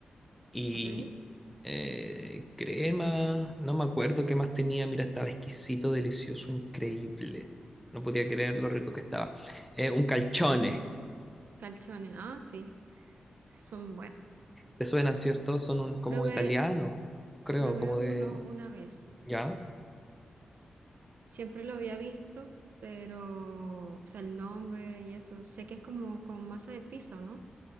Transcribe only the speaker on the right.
¿Ok?
Calzones. Ah, sí, son buenos.
Probé,
probé
uno
una vez.
Siempre lo había visto, pero, o sea, el nombre y eso. Sé que es como con masa de piso, ¿no?